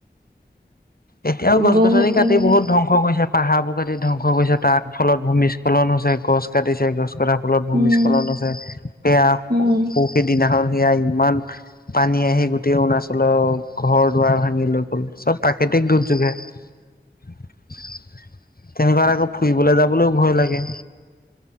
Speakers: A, on the left (about 50°); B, on the right (about 55°).
A: এতিয়াও গছ-গছনি
B: বহুত
A: কাটি
B: নিমিলে
A: বহুত ধং স কৰিছে, পাহাৰবোৰ কাটি ধ্বংস কৰিছে তাৰ ফলত ভূমিস্খলন হৈছে, গছ কাটিছে, গছ কটা ফলত ভূমিস্খলন
B: উম
A: হৈছে। সেয়া
B: উম
A: পৰহি দিনাখন, সেয়া ইমান পানী আহি গোটেই অৰুণাচলৰ ঘৰ-দুৱাৰ ভাঙি লৈ গ'ল। চব পাক কৃতিক দুৰ্যোগে। তেনেকুৱাত আকৌ ফুৰিবলৈ যাবলৈও ভয় লাগে।